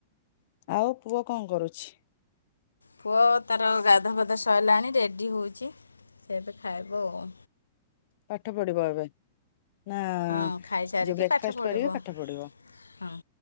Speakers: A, on the left (about 50°); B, on the left (about 80°).
A: ଆଉ ପୁଅ କଣ କରୁଛି।
B: ପୁଅ ତାର ଗାଧୁଆ ପଧାଆ ସଇଲାଣି ରେଡ଼ି ହେଉଛି ତ ଏବେ ଖାଇବ ଆଉ।
A: ପାଠ ପଢିବ ଏବେ ନା
B: ହଁ ଖାଇସାରିକି
A: ଯୋଉ ବ୍ରେକ୍ଫାଷ୍ଟ
B: ପାଠ ପଢ଼ିବ
A: କରିବେ ପାଠ ପଢିବ।
B: ହଁ।